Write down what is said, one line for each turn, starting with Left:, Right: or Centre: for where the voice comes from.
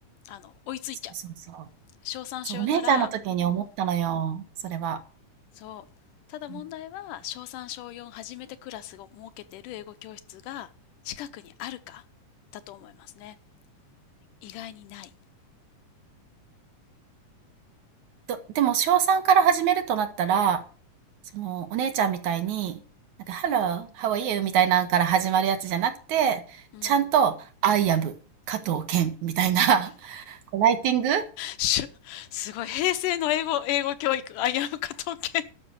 Left: あの追いついちゃう
Right: そうそうそう。
Left: 小3小4なら、
Right: そう、お姉ちゃんの時に思ったのよ、
Left: うん、
Right: それは。
Left: そうただ問題は小3小4初めてクラスを設けてる英語教室が近くにあるかだと思いますね
Right: うん。
Left: 意外にない
Right: と、でも小3から始めるとなったら、その、お姉ちゃんみたいに、なんか、Hello, how are you? みたいなんから始まるやつじゃなくて、
Left: うん
Right: ちゃんと、I am 加藤健みたいな、<laughs> こうライティング
Left: しゅすごい、平成の英語、英語教育、危うか統計。